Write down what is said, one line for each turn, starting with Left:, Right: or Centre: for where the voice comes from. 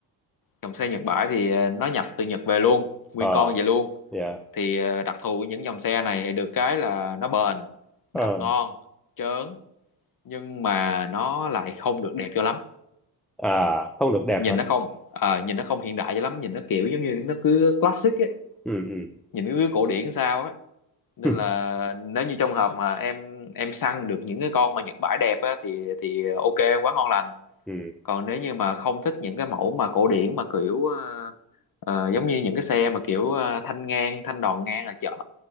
Left: dòng xe Nhật bãi thì ờ, nó nhập từ Nhật về luôn nguyên
Centre: Ờ,
Left: con về luôn
Centre: dạ.
Left: thì ờ, đặc thù của những dòng xe này thì được cái là nó bền
Centre: Ờ,
Left: đạp ngon trớn nhưng mà nó lại không được đẹp cho lắm
Centre: à, không được đẹp
Left: nhìn
Centre: hả?
Left: nó không ờ, nhìn nó không hiện đại cho lắm nhìn nó kiểu giống như nó cứ classic ấy
Centre: Ừ, ừ.
Left: nhìn nó cứ cổ điển sao á nên
Centre: <laughs>
Left: là nếu như trong hợp mà em em săn được những cái con mà Nhật bãi đẹp á, thì thì ok quá ngon lành
Centre: Ừ.
Left: còn nếu như mà không thích những cái mẫu mà cổ điển mà kiểu ờ, ờ, giống như những cái xe mà kiểu ờ, thanh ngang thanh đòn ngang là chở